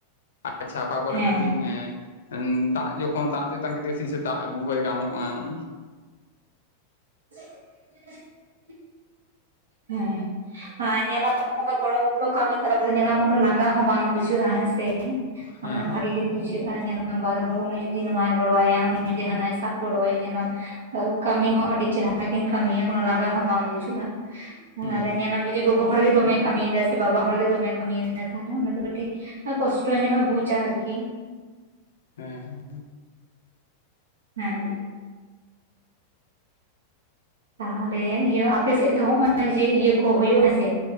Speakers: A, on the left (about 65°); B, on the right (about 70°).
A: ᱟᱪᱪᱷᱟ ᱚᱠᱟ ᱠᱚᱨᱜ
B: ᱦᱮᱸ
A: ᱠᱟᱹᱴᱤᱡ ᱮᱸ <unintelligible> ᱫᱟᱜ ᱡᱚᱠᱷᱚᱱ ᱫᱟᱜ ᱛᱮᱛᱟᱝ ᱠᱮᱫ ᱪᱮᱮ, <unintelligible> ᱥᱮ ᱫᱟᱜ ᱟᱹᱜᱩ ᱦᱚᱭ ᱜᱟᱱᱚᱜᱼᱟ ᱾
B: <unintelligible> ᱦᱮᱸ ᱟᱨ ᱧᱮᱞᱟ ᱱᱚᱝᱠᱟ ᱜᱚᱲᱚ ᱜᱚᱯᱚᱲᱚ ᱠᱟᱹᱢᱤ ᱛᱟᱞᱟ ᱛᱮ, ᱧᱮᱞᱟᱢ ᱩᱱᱟᱹᱜ ᱞᱟᱸᱜᱟ ᱦᱚᱸ ᱵᱟᱝ ᱵᱩᱡᱷᱟᱹᱜᱼᱟ ᱦᱮᱸᱥᱮ? <unintelligible>
A: ᱦᱮᱸ
B: ᱵᱩᱡᱷᱟᱹᱜᱼᱟ ᱾ ᱧᱮᱞᱟᱢ ᱵᱟᱨ ᱦᱚᱲ ᱩᱱᱤ ᱡᱩᱫᱤ ᱱᱚᱣᱟᱭ ᱜᱚᱲᱚ ᱟᱭᱟ, ᱩᱱᱤ ᱡᱩᱫᱤ ᱦᱟᱱᱟᱭ ᱥᱟᱵ ᱜᱚᱲᱚᱣᱟᱭᱟ ᱧᱮᱞᱟᱢ ᱠᱟᱹᱢᱤ ᱦᱚᱸ ᱟᱹᱰᱤ ᱪᱮᱦᱨᱟ ᱠᱤᱱ ᱠᱟᱹᱢᱤᱭᱟ, ᱟᱨ ᱞᱟᱸᱜᱟ ᱦᱚᱸ ᱵᱟᱝ ᱵᱩᱡᱷᱟᱹᱜᱼᱟ ᱾
A: ᱦᱩᱸ
B: ᱟᱨ ᱧᱮᱞᱟᱢ ᱡᱩᱫᱤ ᱜᱚᱜᱚ ᱦᱚᱲ ᱜᱮ ᱫᱚᱢᱮ ᱠᱟᱹᱢᱤᱭᱮᱫᱟᱭ ᱥᱮ, ᱵᱟᱵᱟ ᱦᱚᱲᱜᱮ ᱫᱚᱢᱮ ᱠᱟᱹᱢᱤᱭᱮᱫᱟ ᱛᱟᱦᱚᱞᱮ ᱚᱱᱟ ᱫᱚ ᱠᱟᱹᱴᱤᱡ ᱠᱚᱥᱴᱚ ᱧᱚᱜ ᱮ ᱵᱩᱡᱟ ᱟᱨᱠᱤ
A: ᱦᱮᱸ
B: ᱦᱮᱸ ᱛᱟᱦᱟᱞᱮ ᱤᱭᱟᱹ ᱟᱯᱮ ᱥᱮᱫ ᱫᱚ ᱦᱚᱜᱼᱚᱭ ᱡᱮ ᱤᱭᱟᱹ ᱠᱚ ᱦᱩᱭᱳᱜ ᱦᱮᱸᱥᱮ?